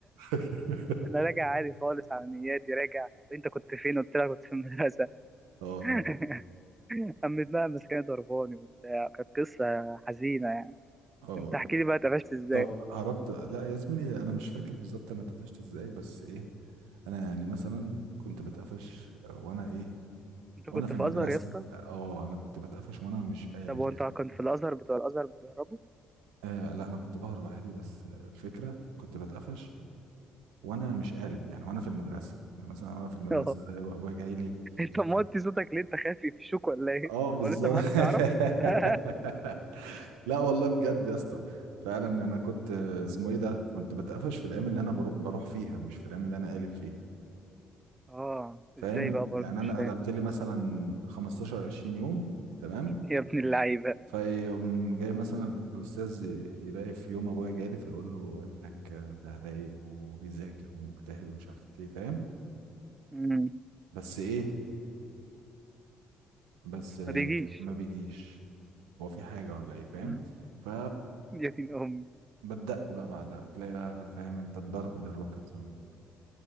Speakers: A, on the right (about 85°); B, on the right (about 20°).
A: <laughs>
B: انا راجع عادي خالص على نياتي راجع انت كنت فين قلت لها كنت في المدرسه
A: اه
B: <laughs> قام متنقمص كان ضرباني وبتاع كانت قصة حزينة يعني
A: اه
B: انت احكي لي بقى اتقفشت ازاي
A: طب هربت لا يا زميلي انا مش فاكر بالظبط انا اتقفشت ازاي بس ايه انا يعني مثلا كنت بتقفش وانا ايه
B: انت
A: وانا
B: كنت
A: في
B: في
A: المدرسه
B: ازهر يا اسطى
A: لا، اه انا كنت بتقفش وانا مش قالب
B: طب هو
A: يعني
B: انت كنت في الازهر بتوع الازهر بيهربوا
A: آه لا انا كنت بهرب عادي بس آه، الفكره كنت بتقفش وانا مش قالب يعني وانا في المدرسه يعني مثلا وانا في
B: <laughs>
A: المدرسه
B: اه
A: يبقى ابويا جاي لي
B: انت موطي
A: ف-
B: صوتك ليه انت خايف يفشوك ولا ايه
A: اه بالظبط
B: هو لسه محدش
A: <laughs>
B: عرف <laughs>
A: لا والله بجد يا اسطى فعلا انا كنت آه، اسمه ايه ده كنت بتقفش في الايام اللي انا برو- بروح فيها مش في الايام اللي انا قالب فيها
B: اه
A: فاهم
B: ازاي بقى برضه
A: يعني
B: مش
A: انا
B: فاهم
A: قلبت لي مثلا 15 20 يوم تمام
B: <laughs> يا ابن اللعيبة
A: فيقوم جاي مثلا الاستاذ ي- يلاقي في يوم ابويا جالي فيقول له ابنك ده رايق وبيذاكر ومجتهد ومش عارف ايه فاهم
B: مم.
A: بس ايه بس ك-
B: ما بيجيش
A: ما بيجيش هو في حاجه ولا ايه فاهم
B: مم.
A: ف
B: يا دين امي
A: بتدق بقى بعدها بتلاقي بقى فاهم انت الضرب للركب زي ما بيقولوا